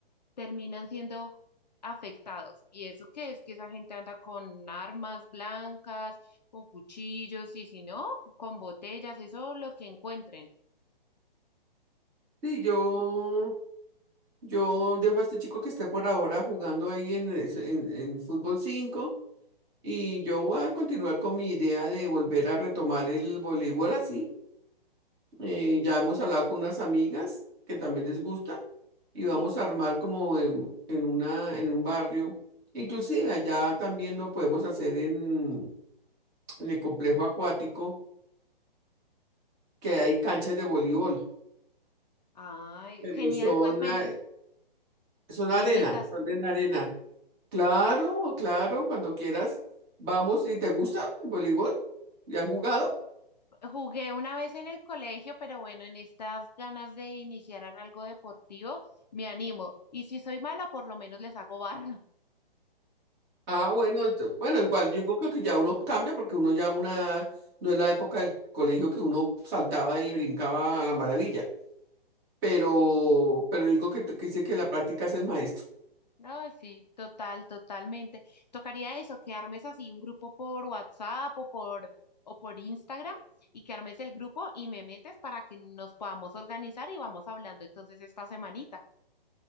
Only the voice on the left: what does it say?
terminan siendo afectados. ¿Y eso qué es? Que esa gente anda con armas blancas, con cuchillos y si no, con botellas, eso lo que encuentren.
Sí.
Ay,
genial,
pues me,
me
invitas.
Jugué una vez en el colegio, pero bueno, en estas ganas de iniciar en algo deportivo, me animo. Y si soy mala, por lo menos les hago barra.
No, sí, total, totalmente. Tocaría eso, que armes así un grupo por WhatsApp o por, o por Instagram y que armes el grupo y me metes para que nos podamos organizar y vamos hablando entonces esta semanita.